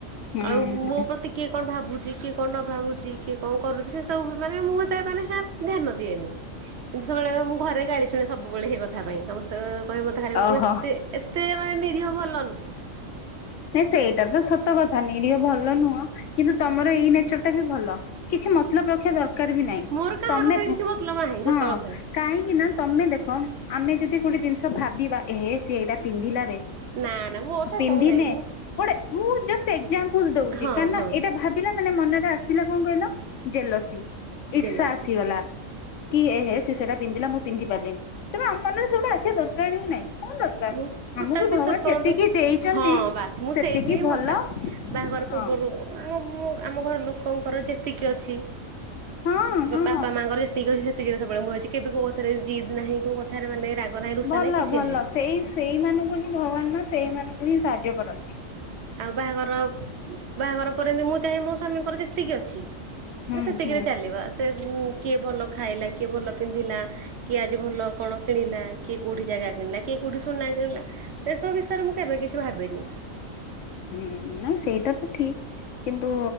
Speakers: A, on the left (about 70°); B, on the right (about 65°).
A: ହୁଁ
B: ଆଉ
A: ହୁଁ
B: ମୋ ପ୍ରତି କିଏ କଣ ଭାବୁଛି କିଏ କଣ ନ ଭାବୁଛି କିଏ କଣ କରୁଛି ସେ ସବୁ ପ୍ରକାର ମୁଁ ତା ମାନେ ହେଲ୍ପ ଧ୍ୟାନ ଦିଏ ନି। ମୁଁ ସବୁବେଳେ ଘରେ ଗାଳି ଶୁଣେ ସବୁବେଳେ ଏହି କଥା ପାଇଁ ସମସ୍ତେ କହିବେ ମତେ ଖାଲି କହୁଥିବେ
A: ଓହୋ
B: ତୁ ଏତେ ଏତେ ମାନେ ନୀରିହ ଭଲ ନୁହେଁ।
A: ସେଇଟା ତ ସତକଥା। ନିରୀହ ଭଲ ନୁହଁ କିନ୍ତୁ ତମର ଏଇ ନେଚର ଟା ବି ଭଲ କିଛି ମତଲବ ରଖିବା ଦରକାର ଦରକାର ବି ନାହିଁ
B: ମୋର କାହା
A: ତମେ
B: କଥାରେ କିଛି ମତଲବ ନାହିଁ ସତ
A: ହଁ
B: କଥା।
A: କାହିଁକିନା ତମେ ଦେ ହଁ ଆମେ ଯଦି ଗୋଟେ ଜିନିଷ ଭାବିବା ଏହେ ସିଏ ଏଇଟା ପିନ୍ଧିଲାରେ
B: ନା ନା ମୁଁ ତ
A: ଦିନେ
B: ସବୁ ନାହିଁ
A: ଗୋଟେ ମୁ ଜଷ୍ଟ ଏକ୍ସାମ୍ପଲେ ଦଉଛି
B: ହଁ
A: କନ୍
B: ହଁ
A: ଏଇଟା ଭାବିଲା ମାନେ ମନରେ ଆସିଲା କଣ କହିଲ ଜେଲସ ଇର୍ଷା
B: ଜେଲସି
A: ଆସିଗଲା । କି ଏ ହେ ସେଟା ପିନ୍ଧିଲା ମୁଁ ପିନ୍ଧି ପାରିଲିନି ତେଣୁ ଆମ ମନରେ ସେଇୁଟା ଆସିବା ଦରକାର ହିଁ ନାହିଁ । କଣ ଦରକାର
B: ମୁଁ ଟୋଟାଲ
A: ଆମକୁ
B: ବିଶ୍ଵାସ
A: ଭଗବାନ
B: କରନ୍ତୁ
A: ଯେତିକି ଦେଇଛନ୍ତି
B: ହଁ ବାସ ମୁଁ
A: ସେତିକି
B: ସେଇଥିରେ ହିଁ
A: ଭଲ
B: ଭରସା କରେ ବାହାଘର
A: ହଁ
B: ପୂର୍ବରୁ ଆମ ଆମ ଘର ଲୋକଙ୍କର ଯେତିକି ଅଛି
A: ହଁ ହଁ
B: ବାପା ମାଙ୍କର ଯେତିକିଅଛି ସେତିକି ସେତିକି ସବବେଳେଳ ଅଛି କିନ୍ତୁ କୋଉ କଥା ରେ ଜିଦ୍ ନାହିଁ କଉ କଥାରେ ମାନେ ରାଗ ନାହିଁ ରୁଷା
A: ଭଲ
B: ହିଁ କିଛି
A: ଭଲ
B: ନାହିଁ ।
A: ସେଇ ସେଇମାନଙ୍କୁ ହିଁ ଭଗବାନ ମା ସେଇମାନଙ୍କୁ ହିଁ ସାହାଯ୍ୟ କରନ୍ତି ।
B: ଆଉ ବାହାଘର, ବାହାଘର ପରେ ଏମତି ମୁଁ ଚାହେଁ ମୋ ସ୍ଵାମୀଙ୍କର ଯେତିକି ଅଛି
A: ହୁଁ
B: ସେତିକିରେ
A: ହୁଁ ହୁଁ
B: ଚାଲିବା କିଏ ଭଲ ଖାଇଲା, କିଏ ଭଲ ପିନ୍ଧିଲା, କିଏ ଆଜି ଭଲ କଣ କିଣିଲା, କିଏ କୋଉଠି ଜାଗା କିଣିଲା, କିଏ କୋଉଠି ସୁନା କିଣିଲା, ସେସବୁ ବିଷୟରେ ମୁଁ କେବେ କିଛି ଭାବିନି ।
A: ହୁଁ ନା ସେଇଟ ତ ଠିକ । କିନ୍ତୁ